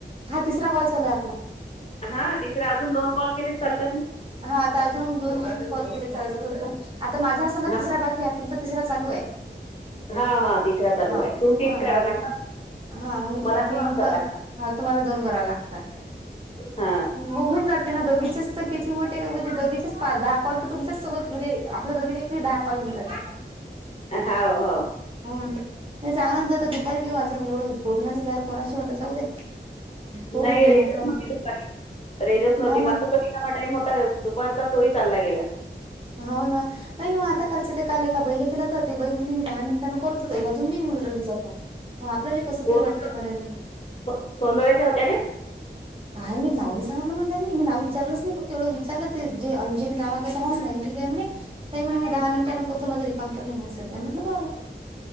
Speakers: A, on the right; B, on the left.
A: हा तिसरा कॉल चालूय आपला
B: हा तिसर अजून दोन कॉल केलेत चालतात ना
A: हा तर अजूनण दोन म कॉल केले अ आता माझास समजा
B: हा
A: तिसरा बाकी हा तुमचा तिसरा चालू आहे
B: हा, हा तिसरा चालू
A: हा
B: आहे तो तेच
A: हा माझा
B: करा लागतात
A: हा मग मी
B: मला
A: ते
B: दोनच
A: तीन
B: करावं
A: कर
B: लागतात
A: हा तुम्हाला दोन कराव लागतात
B: हा
A: हो हून जाते ना दोघीचेच तर किती मोठे म्हणजे दोघीचेच दहा कॉल तर तुमच्याच सोबत म्हणजे आपल्या दोघीचे एक दहा कॉल होऊन जातात
B: हाव, हाव
A: हम नाही चांगला जात दुपारी बि माझं एवढं बोलण नाही झालं कोणाशी म्हटलं जाऊ दे करून
B: नाही
A: घेऊ
B: रेंजच
A: म्हटलं
B: नव्हती दुपारी रेंजस नव्हती
A: हो
B: मला
A: ना ते
B: हा <unintelligible> होता दुपारचा तोही चालला गेला
A: हाव ना काही नाहीग आता करायं ते काल एका बैले केला तर ते बै म्हणे मी दहा मिनिटांं करतो ताई अजून नाही येऊ राहिला तिचा फोन मग आपल्याला कस
B: कोण
A: तरी वाटते करायले
B: सो- सोंदळ्याच्या होत्या काय
A: काय मी नावनी सांगितलं म्हण त्यांनी मी नाव विचारलंच नाही फत एवढं विचारलं ते जे अंजली नाव काय हो म्हणे अंजली ती म्हणे ताई मी दहा मिनट करतो माझ रिकमप सध्या म्हण बर